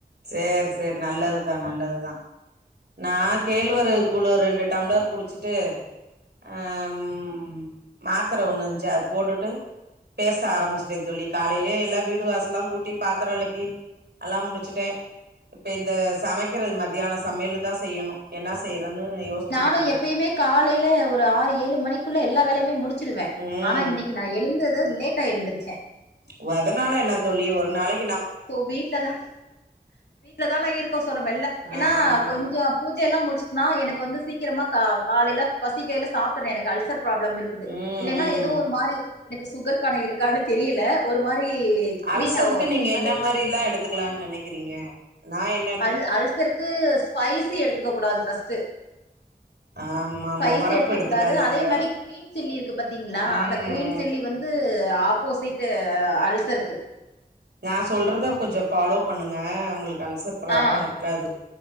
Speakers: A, on the right; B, on the left.
A: சேரி சேர் நல்லதுதா நல்லதுதா நா கேழ்வரகு கூழு ரெண்டு டம்ளர் குடிச்சிட்டு அ ம் மாத்தர ஒன்னு இன்ச்சு அத் போட்டுட்டு பேச ஆரம்பிச்சுட்டேந்தோழி காலைலே எல்லா வீடு வாசல்லாங்கூட்டி பாத்தர வெளக்கி எல்லா முடிச்சுட் டே இப்ப இந்த சமைக்கிறது மத்தியான சமையலு தா செய்யணு என்னா செய்றன்னு யோசிச்சுகுட்ருக்கே
B: நானு எப்பயுமே காலையில ஒரு ஆறு ஏழு மணிக்குள்ள எல்லா வேலயுமே முடிச்சிருவ
A: ம்
B: ஆனா இன்னைக்கு நா எழுந்தது லேட்டா எழுந்திருச்சே
A: ஓ அதனால என்ன தோழி ஒரு நாளைக்
B: தோ வீட்லதான வீட்லதான இருக்கோ சோ நாம எல்ல ஏன்னா
A: ஆமா
B: கொஞ்சு
A: ஆமா
B: பூஜையெல்லா முடிஷ்ட்ன்னா எனக்கு வந்து சீக்கிரமா கா காலைல பசிக்கைல சாப் பறே எனக்கு அல்சர் ப்ராப்ளம் இருக்கிது
A: ம்
B: இல்லென்னா
A: ம்
B: எதோ ஒரு மாரி எனக்கு சுகர்க்கான இருக்கானு தெரியல ஒரு மாரி
A: அல்சருக்கு
B: கிரீன் ஆவு
A: நீங்க என்ன
B: அது
A: மாரில்லா எடுத்துக்லான் நெனைக்கிறீங்க நா என்ன
B: அல் அல்சருக்கு ஸ்பைசி எடுத்துக்க கூடாது ஃபஸ்ட்டு
A: ஆமா
B: ஸ்பைசி
A: ஆமா ஒரப்பு
B: எடுத்துக்
A: எடுத்துக்காதுங்க
B: கூடாது அதே மாரி க்ரீன் சில்லி இருக்கு பாத்தீங்ளா
A: ம்
B: அந்த க்ரீன்
A: ம்
B: சில்லி வந் து ஆப்போசிட்டு அல்சருக்கு
A: நா சொல்றத கொஞ்சொ ஃபாலோ பண்ணுங்க உங்களுக்கு அல்சர் ப்ராப்ள
B: ஆ
A: இருக்காது